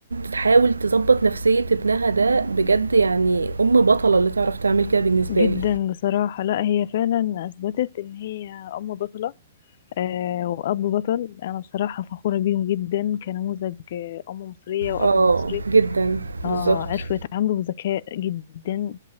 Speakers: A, on the right; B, on the left.
A: تحاول تظبط نفسية ابنها ده بجد يعني أم بطلة اللي تعرف تعمل كده بالنسبة
B: جدا
A: لي
B: بصراحة لا هي فعلا أثبتت إن هي أم بطلة آه وأب بطل أنا بصراحة فخورة بيهم جدا كنموذج آه، أم مصرية وأب
A: اه
B: مصري
A: جدا
B: اه
A: بالظبط
B: عرفوا يتعاملوا بذكاء جدا